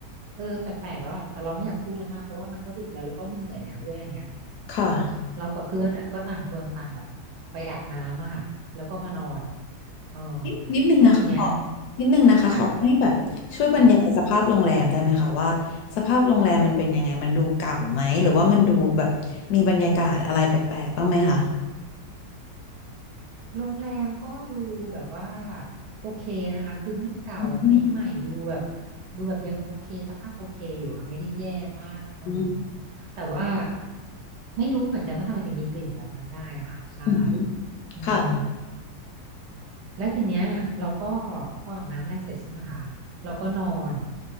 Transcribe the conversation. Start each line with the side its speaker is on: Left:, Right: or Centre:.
Right: เออแปลกๆแล้วอ่ะแต่เราไม่อยากพูดเลยมากเพราะว่ามันก็ดึกแล้วแล้วก็เหนื่อยแล้วด้วยอะไรเงี้ย
Left: ค่ะ
Right: เรากับเพื่อนอ่ะก็ต่างคนต่างแบบไปอาบน้ำอะค่ะแล้วก็มานอนเออ
Left: นิดนิดนึงนะคะขอ
Right: แล้วทีเนี้ย
Left: นิดนึงนะคะขอให้แบบช่วยบรรยายสภาพโรงแรมได้ไหมคะว่าสภาพโรงแรมมันเป็นยังไงมันดูเก่าไหมหรือว่ามันดูแบบมีบรรยากาศอะไรแปลกๆ
Right: ค่ะค่ะ
Left: บ้างไหมคะ
Right: โรงแรมก็ดูแบบว่าโอเคนะคะคือไม่เก่าไม่ใหม่ดูแบบ
Left: อืม
Right: ดูแบบยังโอเคสภาพโอเคอยู่ค่ะไม่ได้แย่มากอืม
Left: อืม
Right: แต่ว่าไม่รู้เหมือนกันว่าทำไมถึงมีกลิ่นแบบนั้นได้อะค่ะใช่
Left: อืม
Right: อืม
Left: ค่ะ
Right: แล้วทีเนี้ยเราก็พออาบน้ำอะไรเสร็จใช่ไหมคะเราก็นอน